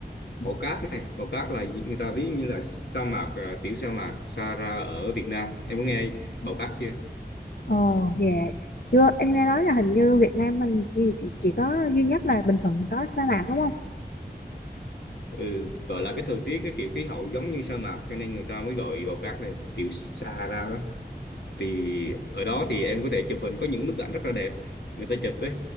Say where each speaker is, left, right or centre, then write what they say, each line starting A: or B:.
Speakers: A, on the left; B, on the left.
A: màu cát này màu cát là người ta ví như là sa mạc à, tiểu sa mạc Sahara ở Việt Nam em có nghe bào cát chưa
B: Ồ, dạ. Chưa, anh nghe nói là hình như Việt Nam mình chỉ, chỉ có duy nhất là Bình Thuận có sa mạc đúng không?
A: ừ gọi là cái thời tiết cái kiểu khí hậu giống như sa mạc cho nên người ta mới gọi bào cát là tiểu Sahara đó thì ở đó thì em có thể chụp hình có những bức ảnh rất là đẹp người ta chụp đấy